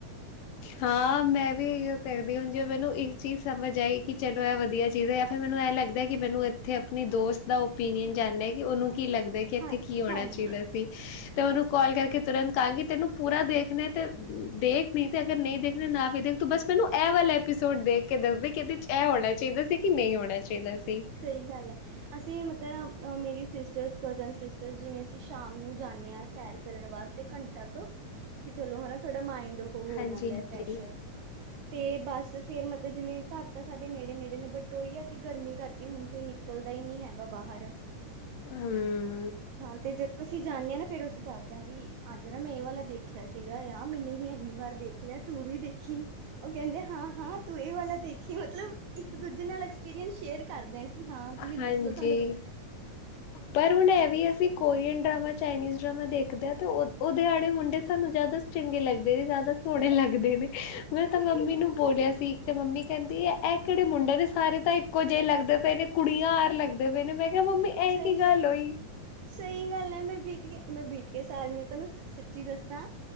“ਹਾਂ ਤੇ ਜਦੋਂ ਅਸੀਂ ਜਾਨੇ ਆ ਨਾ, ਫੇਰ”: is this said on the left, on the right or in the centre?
Right